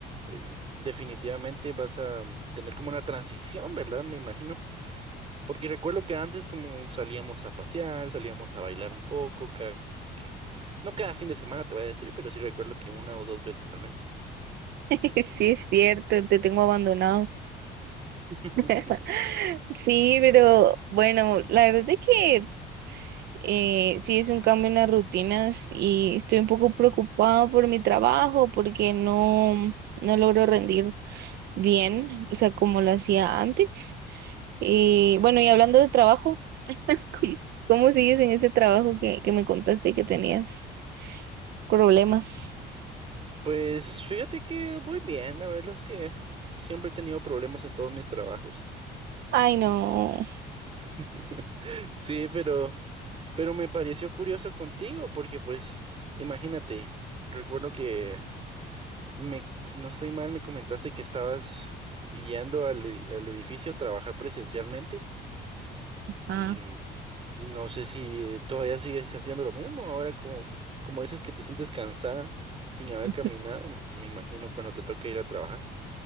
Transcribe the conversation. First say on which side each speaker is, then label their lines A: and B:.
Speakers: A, on the right; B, on the right.
A: eh, definitivamente vas a tener como una transición, ¿verdad? Me imagino, porque recuerdo que antes como salíamos a pasear, salíamos a bailar un poco, cada que no cada fin de semana te voy a decir, pero sí recuerdo que una o dos veces al mes.
B: <laughs> sí es cierto, te tengo abandonado.
A: <laughs>
B: <laughs> Sí, pero bueno, la verdad es de que Eh, sí, es un cambio en las rutinas y estoy un poco preocupada por mi trabajo porque no, no logro rendir bien, o sea, como lo hacía antes. Y bueno, y hablando de trabajo, <laughs> ¿cómo cómo sigues en ese trabajo que, que me contaste que tenías problemas?
A: Pues fíjate que voy bien, la verdad es que siempre he tenido problemas en todos mis trabajos.
B: Ay, no.
A: <laughs> Sí, pero Pero me pareció curioso contigo, porque pues, imagínate, recuerdo que me, si no estoy mal, me comentaste que estabas yendo al, e- al edificio a trabajar presencialmente
B: Ah.
A: y, y no sé si todavía sigues haciendo lo mismo. Ahora como, como dices que te sientes cansada sin haber
B: <laughs>
A: caminado, m- me imagino cuando te toque ir a trabajar.